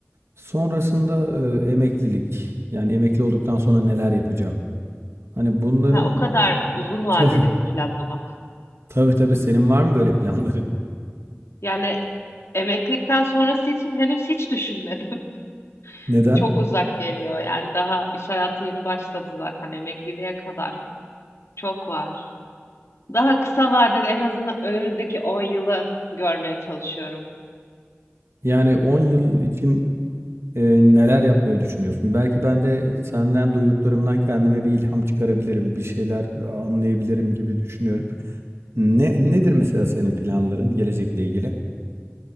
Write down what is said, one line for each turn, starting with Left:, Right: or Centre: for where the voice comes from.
Right: Sonrasında, eee, emeklilik, yani emekli olduktan sonra neler yapacağım? Hani bunların
Left: Ha, o kadar
Right: <laughs>
Left: uzun vadeli
Right: Tabii,
Left: bir planlama.
Right: tabii, tabii. Senin var mı böyle planların?
Left: Yani emeklilikten sonrası için henüz hiç düşünmedim.
Right: <laughs>
Left: <laughs>
Right: Neden?
Left: Çok uzak geliyor. Yani daha iş hayatı yeni başladı zaten emekliliğe kadar. Çok var. Daha kısa vadeli en azından önümüzdeki 10 yılı görmeye çalışıyorum.
Right: Yani 10 yıl için, eee, neler yapmayı düşünüyorsun? Belki ben de senden duyduklarımdan kendime bir ilham çıkarabilirim, bir şeyler anlayabilirim gibi düşünüyorum. Ne nedir mesela senin planların gelecekle ilgili?